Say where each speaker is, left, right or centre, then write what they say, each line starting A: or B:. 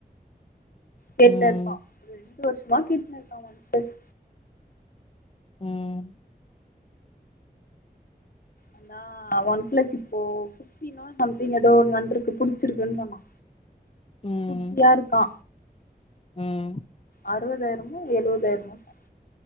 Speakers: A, on the left; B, on the left.
A: கேட்டுருப்பா
B: ம்
A: ரெண்டு வருஷமா கேட்டுனுருக்கா ஒன் பிளஸ்
B: ம்
A: அதா ஒன் பிளஸ் இப்போ புத்தினு சம்திங் ஏதோ ஒண்ணு வந்திருக்கு புடிச்சிருக்குன்னு சொன்னா
B: ம்
A: குட்டியா இருக்கா
B: ம்
A: அறுவதாயிரமோ எழுவதாயிரமோ சொன்